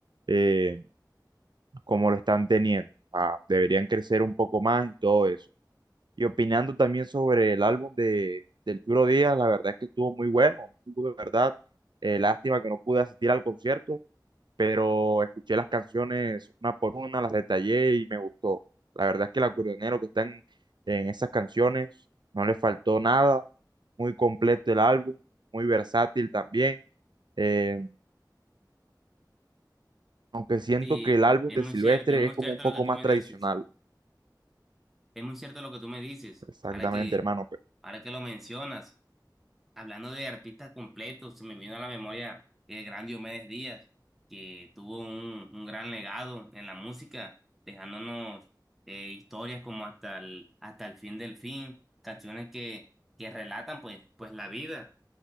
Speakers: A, on the right; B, in the centre.
A: eh, como lo están teniendo. Ah, deberían crecer un poco más y todo eso. Y opinando también sobre el álbum de, del Churo Díaz, la verdad es que estuvo muy bueno, estuvo de verdad. Eh, lástima que no pude asistir al concierto, pero escuché las canciones una por una, las detallé y me gustó. La verdad es que el acordeonero que está en, en esas canciones no le faltó nada, muy completo el álbum, muy versátil también, eh, aunque siento
B: Sí,
A: que el álbum
B: es
A: de
B: muy
A: Silvestre
B: cierto, es muy
A: es como
B: cierto
A: un poco
B: lo que tú
A: más
B: me
A: tradicional.
B: dices. Es muy cierto lo que tú me dices.
A: Exactamente,
B: Ahora que,
A: hermano.
B: ahora que lo mencionas, hablando de artistas completos, se me vino a la memoria el gran Diomedes Díaz, que tuvo un, un gran legado en la música, dejándonos eh, historias como hasta el, hasta el fin del fin, canciones que, que relatan pues, pues la vida.